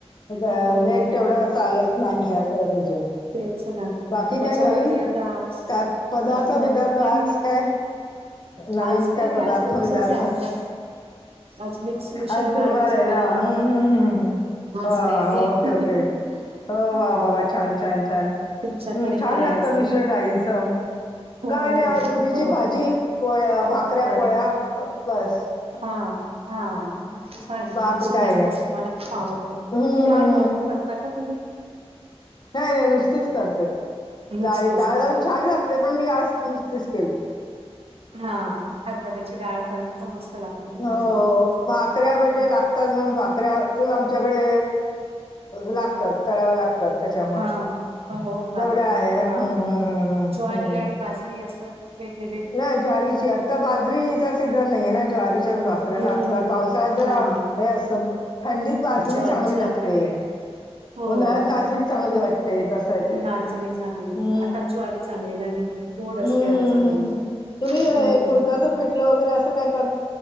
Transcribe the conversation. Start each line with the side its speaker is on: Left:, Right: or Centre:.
Left: नेट मग
Right: हो
Left: नेट तेवढं चालत नाही म्हणजे.
Right: तेच ना
Left: बाकी
Right: त्याच्यामुळे
Left: काय नवीन?
Right: ते आता आवाज
Left: काय पदार्थ-बिदार्थ
Right: बाकी नवीन काही
Left: आज
Right: नाही. <inaudible>
Left: काय नवीन
Right: आज काही
Left: काय
Right: नाही
Left: पदार्थ
Right: आज रोजचच
Left: बिदार्थ
Right: आहे आपलं आज मिक्स मिश्र
Left: आज
Right: डाळींचं
Left: सुरुवार आहे
Right: वरण
Left: ना हूं हूं हूं हूं!
Right: आज
Left: हा
Right: काही नाही
Left: ओके, ओके हो वा
Right: हा
Left: वा वा, छान छान छान. हूं
Right: तुमच्याकडे
Left: छान
Right: काय
Left: लागत
Right: आज
Left: मिश्र डाळीनच,
Right: हो
Left: काय नाही
Right: हो
Left: आज दुधीची
Right: हो
Left: भाजी पोळ्या भाकऱ्या
Right: अरे
Left: पोळ्या बस.
Right: हा, हा
Left: बाकी
Right: सार त्याची
Left: काय
Right: भाजी
Left: नाही
Right: मस्त मला खूप आवड ती
Left: हं, हं,
Right: डाळ घालून करता का तुम्ही?
Left: नाही-नाही नुसतीच करते
Right: नुसतेच
Left: डाळी डाळ
Right: का
Left: घालून छान लागते पण मी आज नुसतीच केली.
Right: हा हरबऱ्याची डाळ घालून. पण मस्त लागते ती
Left: हो
Right: भाजी
Left: भाकऱ्या
Right: हम्म.
Left: म्हणजे लागतात म्हणून भाकऱ्या ची आमच्याकडे. लागतात कराव्या लागतात. त्याच्यामुळे
Right: हा हो का
Left: जेवढ्या आहे ना
Right: हा
Left: हूं हूं हूं
Right: ज्वारी
Left: हूं
Right: आणि
Left: हूं!
Right: बाजरी असं वेगवेग
Left: नाही ज्वारी च आत आता बाजरीचा सीझन नाहीे ये ना ज्वारीच्याच भाकऱ्या
Right: हम्म
Left: न आता पावसाळ्यात जरा.
Right: हा
Left: हे असं थंडीत. बाजरी
Right: ज्वारी
Left: चांगली
Right: छान
Left: लागते
Right: वाटतय. हो
Left: उन्हाळ्यात
Right: हो
Left: नाचणी चांगली वाटते तसं आहे ते
Right: नाचणी चांगली,
Left: हम्म
Right: आता ज्वारी चांगले लागेल. गोड असते
Left: हम्म
Right: आता चांगली.
Left: हम्म तुम्ही ये
Right: हम्म.
Left: कुळदाच पिठलं वगैरे असं काय कर